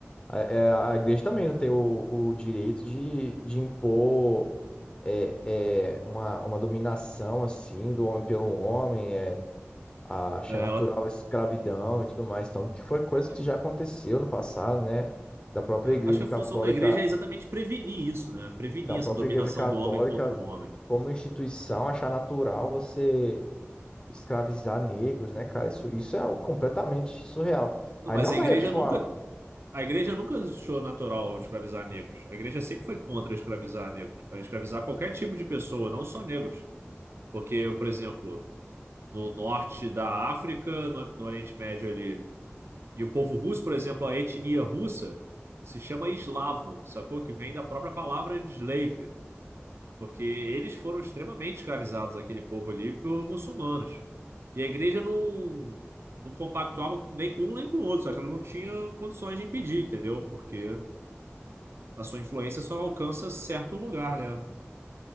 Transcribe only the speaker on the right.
é,
ela.
é,
é,
Acho que a
função da igreja é exatamente prevenir isso, né? Prevenir
essa
dominação
do homem contra o homem.
Não,
mas
a
igreja
nunca, a igreja nunca achou natural escravizar negros. A igreja sempre foi contra escravizar negros, a escravizar qualquer tipo de pessoa, não só negros. Porque, por exemplo, no norte da África, no, no Oriente Médio ali. E o povo russo, por exemplo, a etnia russa se chama eslavo, sacou? Que vem da própria palavra slave, porque eles foram extremamente escravizados, aquele povo ali, por muçulmanos. E a igreja não, não compactuava nem com um nem com o outro, só que ela não tinha condições de impedir, entendeu? Porque a sua influência só alcança certo lugar, né?